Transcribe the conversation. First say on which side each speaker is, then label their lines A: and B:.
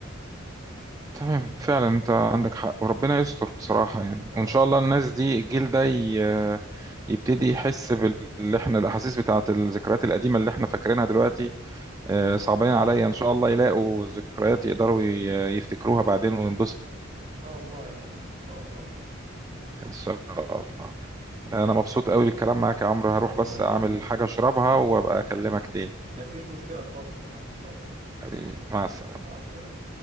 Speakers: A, on the right; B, on the right.
A: تمام فعلا انت عندك حق وربنا يستر بصراحه يعني
B: يا
A: وان
B: رب
A: شاء
B: إن
A: الله الناس دي الجيل ده ي... يبتدي يحس باللي احنا الاحاسيس بتاعت الذكريات القديمه اللي احنا فاكرينها دلوقتي آه، صعبين عليا ان شاء الله يلاقوا ذكريات يقدروا ي- يفتكروها بعدين وينبسطوا
B: شاء الله يعني إن شاء الله
A: ان شاء الله انا مبسوط قوي بالكلام معاك يا عمرو هروح
B: الله
A: بس
B: يخليك
A: اعمل حاجة اشربها وابقى اكلمك تاني
B: مفيش مشكلة اتفضل تعال اتفضل
A: حبيبي مع السلامة
B: مع السلامة